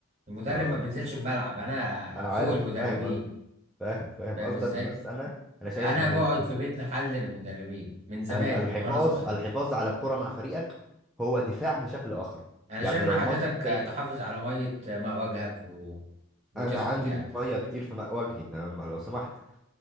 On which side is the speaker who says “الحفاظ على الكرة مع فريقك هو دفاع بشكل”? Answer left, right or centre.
Centre